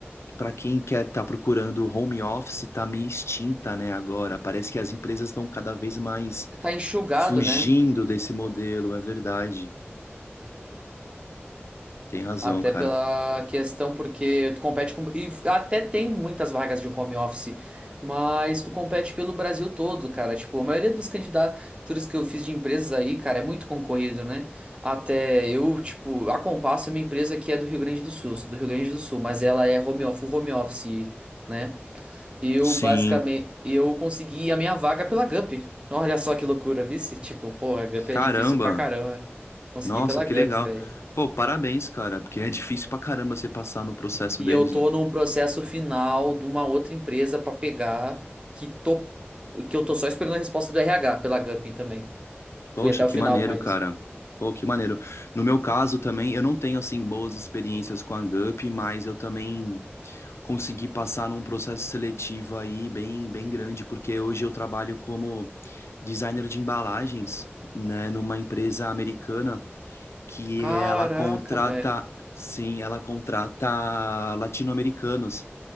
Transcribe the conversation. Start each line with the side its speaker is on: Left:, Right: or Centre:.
Left: Para quem quer estar procurando home office, tá meio extinta, né, agora. Parece que as empresas estão cada vez mais
Right: Tá enxugado,
Left: fugindo
Right: né?
Left: desse modelo, é verdade. Tem razão,
Right: Até
Left: cara.
Right: pela questão, porque tu compete com. E até tem muitas vagas de home office, mas tu compete pelo Brasil todo, cara. Tipo, a maioria das candidaturas que eu fiz de empresas aí, cara, é muito concorrido, né? Até eu, tipo, a Compasso é uma empresa que é do Rio Grande do Sul, sou do Rio Grande do Sul, mas ela é home office, full home office, né? Eu,
Left: Sim.
Right: basicamente, eu consegui a minha vaga pela Gupy. Olha só que loucura, vice? Tipo, porra, Gupy
Left: Caramba.
Right: é difícil pra caramba. Consegui
Left: Nossa,
Right: pela
Left: que
Right: Gupy,
Left: legal.
Right: velho.
Left: Pô, parabéns, cara, porque é difícil pra caramba você passar no processo
Right: E
Left: deles,
Right: eu tô
Left: né?
Right: num processo final de uma outra empresa pra pegar que tô que eu tô só esperando a resposta do RH pela Gupin também.
Left: Poxa,
Right: Fui até
Left: que
Right: o final
Left: maneiro,
Right: com eles.
Left: cara. Pô, que maneiro. No meu caso também, eu não tenho assim boas experiências com a Gup, mas eu também conseguir passar num processo seletivo aí bem, bem grande, porque hoje eu trabalho como designer de embalagens, né, numa empresa americana que
Right: Caraca,
Left: ela contrata,
Right: velho.
Left: sim, ela contrata latino-americanos.